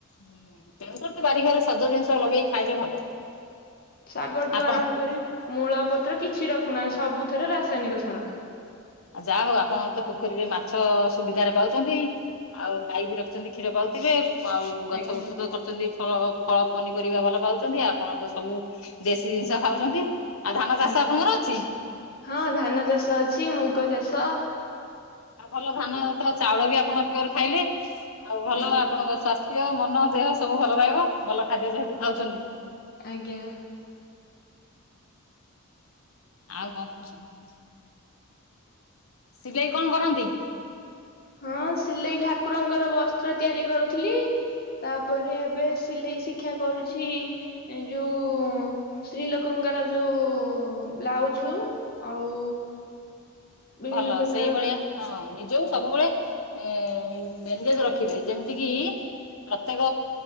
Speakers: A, on the left; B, on the left.
A: ହୁଁ। ତେଣୁକରି ତ ବାରି ଘରେ ସଜ ଜିନିଷ ଲଗେଇ ଖାଇଲେ ଭଲ।
B: ଶାଗଠୁ
A: ଆପଣ
B: ଆରମ୍ଭ କରି ମୂଳ ପତ୍ର କିଛି ରଖୁନାହିଁ ସବୁଥିରେ ରାସାୟନିକ ସାର।
A: ଆଉ ଯାଆ ହଉ ଆପଣ ତ ପୋଖରୀରେ ମାଛ ସୁବିଧାରେ ପାଉଛନ୍ତି। ଆଉ ଗାଈ ବି ରଖିଛନ୍ତି କ୍ଷୀର ପାଉଥିବେ ଆଉ ଗଛ
B: ଆଜ୍ଞା
A: ବୁର୍ଚ୍ଛ ତ କରୁଚନ୍ତି ଫଳ ଫଳ ପନିପରିବା ଭଲ ପାଉଛନ୍ତି ଆପଣଙ୍କ ସବୁ ଦେଶୀ ଜିନିଷ ଖାଉଚନ୍ତି। ଆ ଧାନ ଚାଷ
B: ଆଜ୍ଞା
A: ଆପଣଙ୍କର ଅଛି?
B: ହଁ ଧାନ ଚାଷ ଅଛି, ମୁଗ ଚାଷ
A: ଆଉ ଭଲ ଧାନ ତ ଚାଉଳ ବି ଆପଣ ପିଓର ଖାଇଲେ ଆଉ ଭଲ
B: ଆଜ୍ଞା
A: ଆପଣଙ୍କ ସ୍ୱାସ୍ଥ୍ୟ ମନ ଦେହ ସବୁ ଭଲ ରହିବ ଭଲ ଖାଦ୍ୟ ଯେହେତୁ ଖାଉଚନ୍ତି।
B: ଆଜ୍ଞା।
A: ଆଉ କଣ କଚନ୍ତି, ସିଲେଇ କଣ କରନ୍ତି?
B: ହଁ ସିଲେଇ ଠାକୁରଙ୍କର ବସ୍ତ୍ର ତିଆରି କରୁଥିଲି। ତାପରେ ଏବେ ସିଲେଇ ଶିକ୍ଷା କରୁଛି ଏଁ ଯୋଉ ସ୍ତ୍ରୀ ଲୋକଙ୍କର ଯୋଉ ବ୍ଲାଉଜୁ ଆଉ ବିଭିନ୍ନ
A: ଭଲ
B: ପ୍ରକାର
A: ସେଇଭଳିଆ ହଁ ନିଜକୁ ସବୁବେଳେ ଏ ଏନଗେଜ ରଖିବେ ଯେମିତି କିି ପ୍ରତ୍ୟେକ